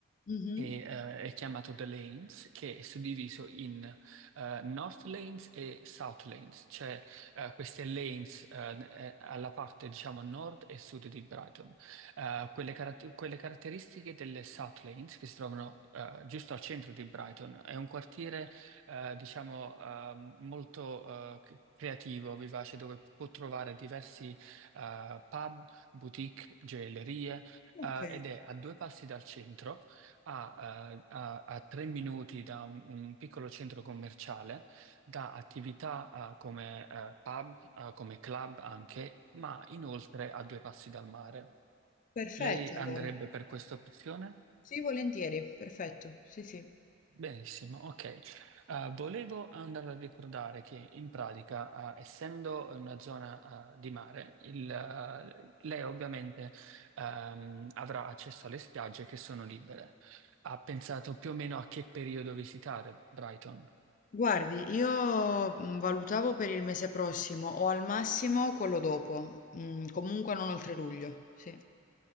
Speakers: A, on the left; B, on the right.
A: Mhm.
B: e, eh, è chiamato The Lanes, che è suddiviso in eh, North Lanes e South Lanes, cioè eh, queste lanes eh, eh, alla parte diciamo nord e sud di Brighton. Eh, quelle, caratter- quelle caratteristiche delle South Lanes che si trovano eh, giusto al centro di Brighton, è un quartiere eh, diciamo ehm, molto eh, c- creativo, vivace, dove può trovare diversi eh, pub, boutique, gioiellerie
A: Ok,
B: eh, ed è a due passi dal centro a, eh, a- a tre minuti da un, un piccolo centro commerciale, da attività eh, come eh, pub, eh, come club anche, ma inoltre a due passi dal mare.
A: Perfetto,
B: Lei andrebbe
A: allora.
B: per questa opzione?
A: Sì, volentieri, perfetto. Sì, sì.
B: Benissimo, ok. Eh, volevo andare a ricordare che in pratica, eh, essendo in una zona, eh, di mare, il, eh, lei ovviamente, ehm, avrà accesso alle spiagge che sono libere. Ha pensato più o meno a che periodo visitare Brighton?
A: Guardi, io mh, valutavo per il mese prossimo o al massimo quello dopo, Mm, comunque non oltre luglio, sì.